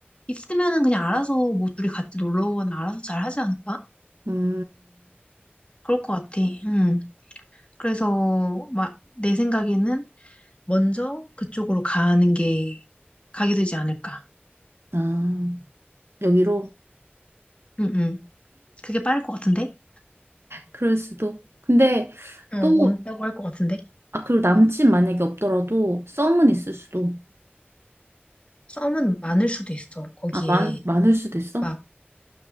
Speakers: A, on the left (about 30°); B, on the right (about 85°).
A: 있으면은 그냥 알아서 뭐 둘이 같이 놀러 오거나 알아서 잘 하지 않을까?
B: 음
A: 그럴 것 같아. 응. 그래서, 막, 내 생각에는, 먼저 그쪽으로 가는 게 가게 되지 않을까.
B: 아 여기로
A: 응응. 그게 빠를 것 같은데?
B: 그럴 수도. 근데
A: 응,
B: 또,
A: 온다고 할 것 같은데?
B: 아, 그리고 남친 만약에 없더라도 썸은 있을 수도.
A: 썸은 많을 수도 있어. 거기에
B: 아, 많, 많을 수도 있어?
A: 막